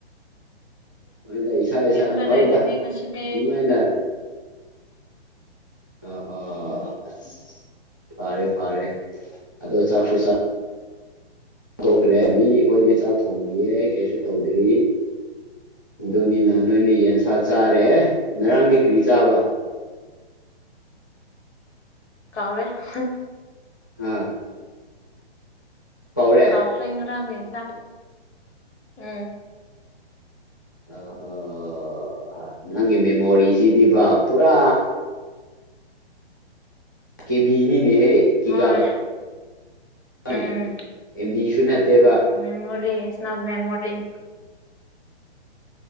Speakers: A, on the left (about 20°); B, on the left (about 85°).
A: ꯑꯣꯏꯅ ꯏꯁꯥ ꯏꯁꯥ
B: ꯌꯨꯝꯗ
A: ꯍꯣꯏꯗ
B: ꯂꯩꯒꯅꯤ ꯉꯁꯤꯗꯤ
A: ꯑꯗꯨꯃꯥꯏꯅ ꯑꯣ ꯍꯣ ꯑꯁ ꯐꯥꯔꯦ ꯐꯥꯔꯦ ꯑꯗꯣ ꯆꯥꯛꯁꯨ ꯆꯥ ꯇꯣꯛꯈ꯭ꯔꯦ ꯃꯤ ꯈꯣꯏꯗꯤ ꯆꯥꯛ ꯊꯣꯡꯔꯤꯌꯦ ꯀꯩꯁꯨ ꯇꯧꯗ꯭ꯔꯤ ꯗꯨꯅꯤꯅ ꯅꯣꯏꯅ ꯌꯦꯟꯁꯥ ꯆꯥꯔꯦ ꯅꯔꯥꯡꯗꯤ ꯀ꯭ꯔꯤ ꯆꯥꯕ
B: ꯀꯥꯎꯔꯦ ꯍ
A: ꯑ ꯄꯧꯔꯦ
B: ꯍꯥꯎꯈ꯭ꯔꯦ ꯉꯔꯥꯡꯒꯤ ꯏꯟꯁꯥꯡ ꯎꯝ
A: ꯑꯍꯣ ꯍ ꯅꯪꯒꯤ ꯃꯦꯃꯣꯔꯤꯁꯤꯗꯤꯕ ꯄꯨꯔꯥ ꯀꯦꯕꯤꯅꯤꯅꯦꯍꯦ ꯀꯤꯒꯥꯕ
B: ꯍꯣꯏ
A: ꯕꯒꯤ
B: ꯎꯝ
A: ꯑꯦꯝ ꯕꯤꯁꯨ ꯅꯠꯇꯦꯕ
B: ꯃꯦꯃꯣꯔꯤ ꯏꯁ ꯅꯣꯠ ꯃꯦꯃꯣꯔꯤꯡ꯫